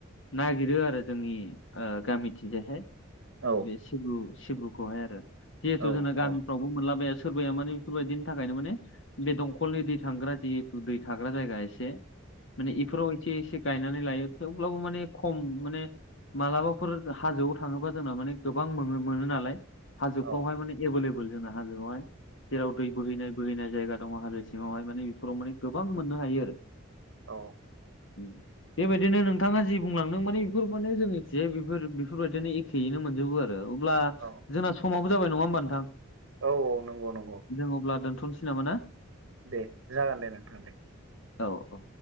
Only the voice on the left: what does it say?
नागिरो आरो जोंनि गामिथिंजायहाय
सिब्रु सिब्रुखौहाय आरो जिहेथु
जोंना गामि
फोरावबो मोनलाबाया सोरबाया माने बेफोरबायदिनि थाखायनो माने बे दंखलनि दै थांग्रा जिहेतु दै थाग्रा जायगा एसे माने इफोराव एसे एसे गायनानै लायो थेवब्लाबो माने खम माने मालाबाफोर हाजोआव थाङोबा जोंना माने गोबां मोनो मोनो नालाय हाजोफ्रावहाय
माने एभेलेबल जोंना हाजोआवहाय जेराव दै बोहैनाय बोहैनाय जायगा दङ हाजो सिङावहाय माने बेफोराव माने गोबां मोननो हायो आरो
उम बेबायदिनो नोंथाङा जि बुंलांदों माने बेफोर माने जोंनिथि बेफोर बेफोरबायदिनो एखेयैनो मोनजोबो आरो अब्ला
जोंना समाबबो जाबाय नङा होमबा नोंथां
जों अब्ला दोनथ'नोसै नामा ना
औ-औ